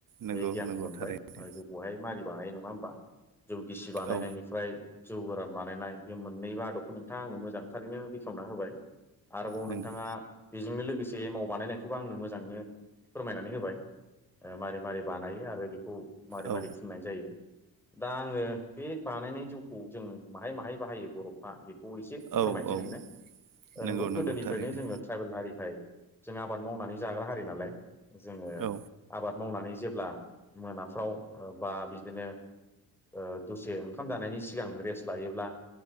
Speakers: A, on the right; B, in the centre.
A: नंगौ
B: बे गियानखौ
A: नंगौ
B: मोनबाय
A: थारैनो
B: ओ जौखौहाय मारै बानायो नङा होमबा? बा जौ गिसि बानायनायनिफ्राय
A: औ
B: जौ गोरान बानायनाय बे मोननैबो आदबखौ नोंथाङा आंनो मोजांथारैनो बेखेवना होबाय। आरोबाव
A: नंगौ
B: नोंथाङा बेजोंनो लोगोसे एमाव बानायनायखौबो आंनो मोजाङैनो फोरमायनानै होबाय। ओ मारै मारै बानायो आरो बेखौ मारै
A: औ
B: मारै फुननाय जायो दा आङो बे बानायनाय जौखौ जों माहाय माहाय बाहायो बर'फ्रा बे खौ एसे फोरमायनोसै
A: औ औ
B: नोंनो। ओ
A: नंगौ
B: नोंगौ
A: नंगौ
B: गोदोनिफ्रायनो
A: थारैनो
B: जोङो ट्राइबेल हारिखाय जों आबाद मावनानै जाग्रा हारि नालाय जोङो
A: औ
B: आबाद मावनानै जे ब्ला मोनाफ्राव ओ बा बिदिनो ओ दसे ओंखाम जानायनि सिगां रेस्ट लायोब्ला